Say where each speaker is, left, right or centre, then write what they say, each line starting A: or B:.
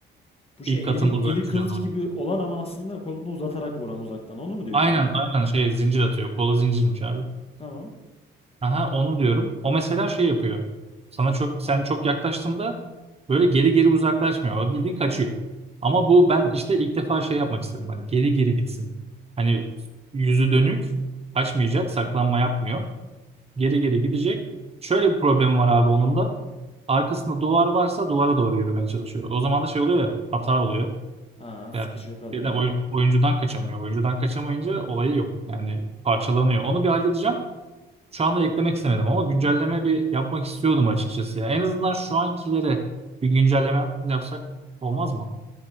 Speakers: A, on the left; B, on the right.
A: Bu şey
B: İlk katın
A: eli
B: uzakçı
A: eli kılıç
B: canavarı.
A: gibi olan ama aslında kolunu uzatarak vuran uzaktan. Onu mu diyorsun?
B: Aynen aynen şey zincir atıyor. Kolu zincirmiş abi.
A: Tamam.
B: Aha onu diyorum. O mesela şey yapıyor. Sana çok sen çok yaklaştığında böyle geri geri uzaklaşmıyor. O bildiğin kaçıyor. Ama bu ben işte ilk defa şey yapmak istedim. Hani geri geri gitsin. Hani yüzü dönük kaçmayacak, saklanma yapmıyor. Geri geri gidecek. Şöyle bir problemi var abi onun da. Arkasında duvar varsa duvara doğru yürümeye çalışıyor. O zaman da şey oluyor ya hata oluyor.
A: Aa sıkışıyor
B: Yani
A: kalıyor.
B: şeyden, oyun- oyuncudan kaçamıyor. Oyuncudan kaçamayınca olayı yok. Yani parçalanıyor. Onu bir halledeceğim. Şu anda eklemek istemedim ama güncelleme bir yapmak istiyordum açıkçası ya. En azından şu ankilere bir güncelleme yap- yapsak olmaz mı?